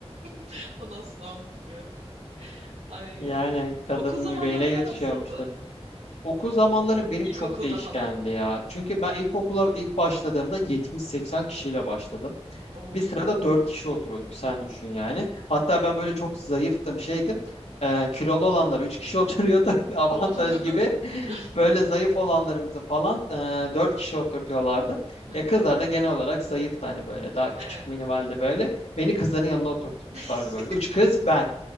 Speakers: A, on the right; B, on the left.
A: <laughs> Onu asla unutmuyorum. Ay.
B: Yani kadının
A: Okul zamanlarında
B: yüreğine yatışıyormuştur.
A: nasıldı?
B: Okul zamanları benim
A: İlkokulda
B: çok değişkendi
A: falan.
B: ya. Çünkü ben ilkokula ilk başladığımda 70-80 kişiyle başladım.
A: Oo.
B: Bir sırada dört kişi oturuyorduk sen düşün yani. Hatta ben böyle çok zayıftım şeydim. Ee, kilolu olanlar üç kişi oturuyordu <laughs> bir avantaj
A: Oo. <laughs>
B: gibi. Böyle zayıf olanlarımızı falan e, dört kişi oturtuyorlardı.
A: Hı hı.
B: Ya kızlar da genel olarak zayıftı hani böyle daha küçük
A: Evet.
B: minivalde böyle. Beni kızların yanına oturtmuşlardı
A: <laughs>
B: böyle. Üç kız ben.